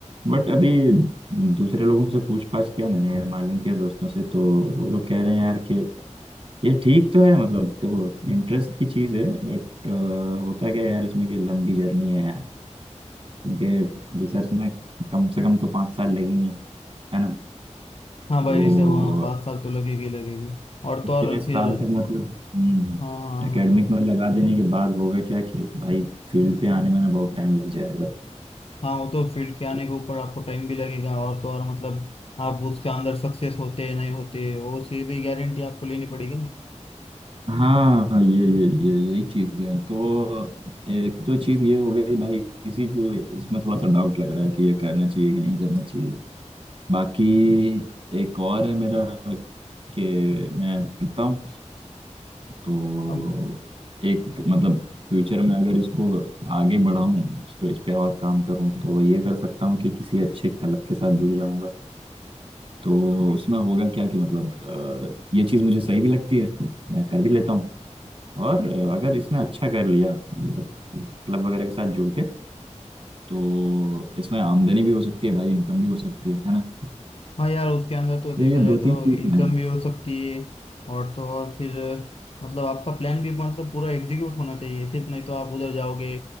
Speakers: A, on the right; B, on the left.
A: बट अभी दूसरे लोगों से पूछ पाछ किया मैंने यार मालूम किया दोस्तों से तो वो लोग कह रहे हैं यार कि ये ठीक तो है मतलब देखो इंटरेस्ट की चीज़ है बट होता क्या है यार इसमें कि लंबी जर्नी है यार क्योंकि रिसर्च में कम से कम तो पाँच साल लगेंगे है ना
B: हाँ भाई
A: तो
B: रिसर्च वहाँ पाँच साल तो लगेगी लगेगी और तो
A: इतने
B: और
A: साल
B: फिर
A: तक मतलब हम्म
B: हाँ हाँ
A: एकेडमिक
B: हाँ हाँ
A: में लगा देने के बाद होगा क्या कि भाई फील्ड पे आने में ना बहुत टाइम लग जाएगा
B: हाँ वो तो फील्ड के आने
A: तो
B: के ऊपर आपको टाइम भी लगेगा और तो और मतलब आप उसके अंदर सक्सेस होते हैं नहीं होते वो उसकी भी गारंटी आपको लेनी पड़ेगी ना
A: हाँ ये ये ये यही चीज है तो एक तो चीज ये हो गई भाई इसीलिए इसमें थोड़ा सा डाउट लग रहा है कि ये करना चाहिए कि नहीं करना चाहिए बाकी एक और है मेरा कि मैं करता हूँ तो
B: अब
A: एक मतलब फ्यूचर में अगर इसको आगे बढ़ाऊं इसको इस पे और काम करूं तो ये कर सकता हूँ कि किसी अच्छे क्लब के साथ जुड़ जाऊंगा तो उसमें होगा क्या कि मतलब अ, ये चीज मुझे सही भी लगती है मैं कर भी लेता हूँ और अ, अगर इसमें अच्छा कर लिया मतलब क्लब वगैरह के साथ जुड़ के तो इसमें आमदनी भी हो सकती है भाई इनकम भी हो सकती है है ना
B: हाँ यार उसके अंदर तो
A: तो
B: देखा
A: ये
B: जाए
A: दो
B: तो
A: तीन चीज
B: इनकम
A: है
B: भी हो सकती है और तो और फिर मतलब आपका प्लान भी मतलब पूरा एग्जीक्यूट होना चाहिए सिर्फ नहीं तो आप उधर जाओगे